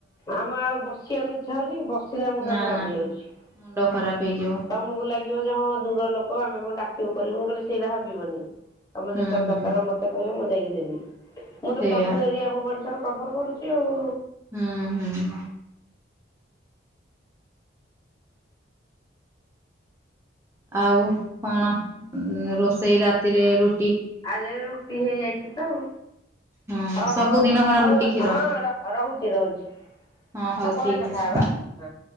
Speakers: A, on the left; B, on the right.
A: ଆମେ ଆଉ ବସିବାକୁ ଛା ହଉଛି ବସିଲା ମୁଣ୍ଡ
B: ନା
A: ଖରାପ
B: ନା
A: ହେଇଯାଉଛି
B: ମୁଣ୍ଡ ଖରାପ ହେଇଯିବ
A: ତମକୁ ଲାଗିବ ଯେ ହଁ ଦୂର ଲୋକ ଆମେ କଣ ଡାକିବୁ। କରିବ କହିଲେ ସେଇଟା ଭାବିବନି ତମେ
B: ହୁଁ
A: ଯେତେବେଳେ
B: ହୁଁ
A: ଦର ମତେ କହିବନି ଯାଇକି ଦେବି। ମୁଁ ତ
B: ସେଇଆ
A: ସବୁ ଏରିଆ କୁ ବ ର କଭର କରୁଛି ଆଉ।
B: ହୁଁ ହୁଁ। ଆଉ କଣ? ଉଁ ରୋଷେଇ ରାତିରେ ରୁ
A: ଆଜି ରୁଟି ହେଇଯାଇଛି। ତଉ
B: ହୁଁ
A: ହଉ
B: ସବୁଦିନ
A: ହଉ
B: କଣ
A: ହଉ
B: ରୁଟି କ୍ଷୀର
A: ହଁ ର ରହୁଛି ରହୁଛି
B: ହଁ ହଉ
A: ଆଉ ପରେ
B: ଠିକ
A: କଥା
B: ଅଛି
A: ହବା ହଁ।